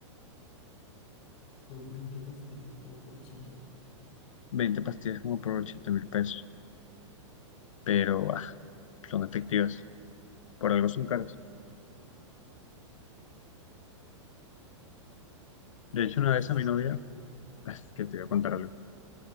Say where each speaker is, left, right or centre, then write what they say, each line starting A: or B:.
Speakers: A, on the left; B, on the left.
A: ¿Son 20 pastillas como por 80?
B: 20 pastillas como por ochenta mil pesos, pero ah, son efectivas. Por algo son caras. De hecho, una
A: Pues
B: vez
A: sí,
B: a mi novia,
A: pues.
B: es que te voy a contar algo.